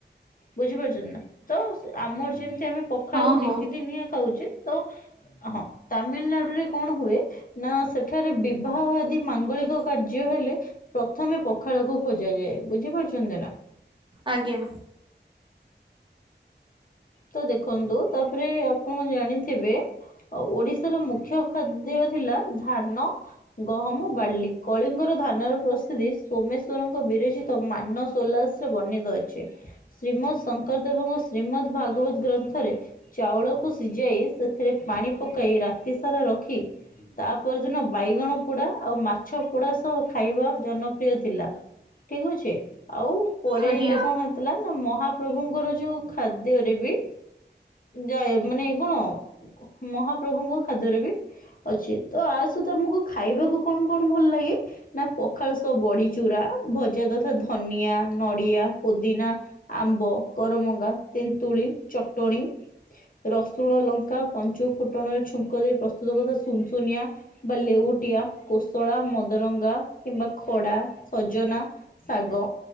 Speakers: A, on the left; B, on the right.
A: ବୁଝିପାରୁଚନ୍ତି ନା। ତ ସେ ଆମର ଯେମତି ଆମେ ପଖାଳକୁ
B: ହଁ ହଁ
A: ନିତିଦିନିଆ ଖାଉଚେ ତ ହଁ ତାମିଲନାଡୁରେ କଣ ହୁଏ ନା ସେଠାରେ ବି ବାହ ଆଦି ମାଙ୍ଗଳିକ କାର୍ଯ୍ୟ ହେଲେ ପ୍ରଥମେ ପଖାଳକୁ ଖୋଜାଯାଏ ବୁଝି ପାରୁଛନ୍ତି ନା।
B: ଆଜ୍ଞା।
A: ତ ଦେଖନ୍ତୁ ତାପରେ ଆପଣ ଜାଣିଥିବେ ଆଉ ଓଡ଼ିଶାର ମୁଖ୍ୟ ଖାଦ୍ୟ ଥିଲା ଧାନ। ଗହମ ବାଲି କଳିଙ୍ଗର ଧାନର ପ୍ରସିଦ୍ଧି ସୋମେଶ୍ୱରଙ୍କ ବିରୋଚିତ ମାନ ସୋଲାସ୍ ବର୍ଣ୍ଣିତ ଅଛି ଶ୍ରୀମଦ୍ ଶଙ୍କର ଦେବଙ୍କ ଶ୍ରୀମଦ୍ ଭାଗବତ୍ ଗ୍ରନ୍ଥରେ ଚାଉଳକୁ ସିଝାଇ ସେଥିରେ ପାଣି ପକାଇ ରାତି ସାରା ରଖି ତାପରଦିନ ବାଇଗଣ ପୋଡ଼ା ଆଉ ମାଛ ପୋଡ଼ା ସହ ଖାଇବା ଜନପ୍ରିୟ ଥିଲା ଠିକ୍ ଅଛି। ଆଉ ପରେ
B: ଆଜ୍ଞା।
A: ଏଇଟା କଣ ହେଇଥିଲା ନା ମହାପ୍ରଭୁଙ୍କର ଯୋଉ ଖାଦ୍ୟ ରେ ଯେବି ଯାଏ ମାନେ କଣ ମହାପ୍ରଭୁଙ୍କ ଖାଦ୍ୟରେ ବି ଅଛି ତ ଆ ସଇତ ଆମକୁ ଖାଇବାକୁ କଣ କଣ ଭଲ ଲାଗେ? ନା ପଖାଳ ସହ ବଡ଼ି ଚୁରା ଭଜା ତଥା ଧନିଆ, ନଡିଆ, ପୋଦିନା ଆମ୍ବ, କରମଙ୍ଗା, ତେନ୍ତୁଳି ଚଟଣି ରସୁଣ ଲଙ୍କା ପଞ୍ଚୁ ଫୁଟଣର ଛୁଙ୍କ ଦେଇ ପ୍ରସ୍ତୁତ କରି ଦବ ସ୍ ସୁନଶୁନିଆ ବା ଲେଉଟିଆ, କୋଶଳା, ମଦରଙ୍ଗା କିମ୍ବା ଖଡ଼ା, ସଜନା ଶାଗ